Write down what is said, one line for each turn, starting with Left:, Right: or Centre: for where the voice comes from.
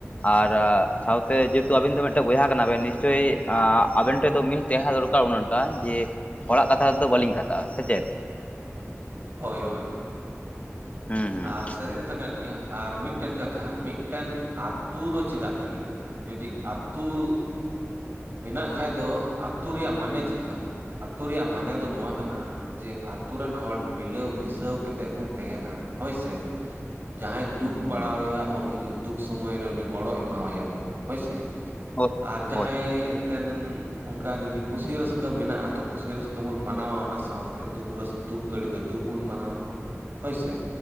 Left: ᱟᱨ ᱥᱟᱶᱛᱮ ᱡᱮᱦᱮᱛᱩ ᱟᱵᱮᱱ ᱫᱚ ᱢᱤᱫᱴᱮᱱ ᱵᱚᱭᱦᱟ ᱠᱟᱱᱟᱵᱱ ᱱᱤᱥᱪᱳᱚᱭ ᱟ ᱟᱵᱮᱱ ᱴᱷᱮᱱ ᱫᱚ ᱢᱤᱞ ᱡᱦᱟᱟᱸᱸ ᱫᱚᱨᱠᱟᱨ ᱚᱱᱟᱴᱟᱜ ᱡᱮ ᱦᱚᱲᱟᱜ ᱠᱟᱛᱷᱟ ᱛᱮᱫᱚ ᱵᱟᱹᱞᱤᱧ ᱠᱟᱛᱷᱟᱜᱼᱟ ᱥᱮ ᱪᱮᱫ
Right: ᱦᱳᱭ ᱦᱳᱭ
Left: ᱦᱩᱸ
Right: ᱟᱨ ᱥᱟᱹᱨᱤ ᱠᱟᱛᱷᱟ ᱠᱟᱱ ᱜᱮᱭᱟ ᱟᱨ ᱢᱤᱫᱴᱮᱱ ᱠᱟᱛᱷᱟ ᱢᱤᱫᱴᱮᱱ ᱟᱛᱩ ᱫᱚ ᱪᱮᱫᱟᱜ ᱞᱟᱹᱜᱤᱫ ᱢᱮᱱᱟᱜᱼᱟ ᱡᱩᱫᱤ ᱟᱛᱩ <inaudible> ᱢᱮᱱᱟᱜ ᱠᱷᱟᱡ ᱫᱚ ᱟᱛᱳ ᱨᱮᱭᱟᱜ ᱢᱟᱱᱮ ᱪᱮ ᱠᱟᱱᱟ ᱟᱛᱳ ᱨᱮᱭᱟᱜ ᱢᱟᱱᱮ ᱫᱚ ᱱᱚᱣᱟ ᱠᱟᱱᱟ ᱡᱮ ᱟᱛᱳ ᱨᱮᱱ ᱦᱚᱲ ᱢᱤᱞᱟᱹᱣ ᱢᱤᱥᱟᱹᱣ ᱠᱟᱛᱮᱜ ᱵᱚᱱ ᱛᱮᱦᱮᱱᱟ ᱦᱳᱭᱥᱮ ᱡᱟᱦᱟᱸᱭ ᱫᱩᱠ
Left: ᱦᱩᱸ
Right: ᱯᱟᱲᱟᱣᱟᱭᱟ ᱩᱱᱤ ᱫᱩᱠ ᱥᱚᱢᱚᱭᱨᱮ ᱩᱱᱤ ᱜᱚᱲᱚ ᱮᱢᱟᱣᱟᱭᱟ ᱵᱚᱱ ᱦᱳᱭᱥᱮ
Left: ᱦᱩᱸ ᱦᱳᱭ
Right: ᱟᱨ ᱡᱟᱦᱟᱸ
Left: ᱦᱳᱭ
Right: <unintelligible> ᱮᱱᱛᱮᱱ ᱚᱱᱠᱟ ᱡᱩᱫᱤ ᱠᱩᱥᱤ ᱨᱟᱹᱥᱠᱟᱹ ᱢᱮᱱᱟᱜᱼᱟ ᱛᱚ ᱠᱩᱥᱤ ᱨᱟᱹᱥᱠᱟᱹ ᱵᱩᱱ ᱢᱟᱱᱟᱣᱟ ᱚᱱᱟ ᱥᱟᱶᱛᱮ ᱮᱱᱛᱮᱫ ᱫᱩᱠ ᱨᱟᱹᱥ ᱫᱩᱠ ᱜᱷᱟᱹᱲᱤᱡ ᱫᱚ ᱫᱩᱠ ᱵᱚᱱ ᱢᱟᱱᱟᱣᱟ ᱦᱳᱭᱥᱮ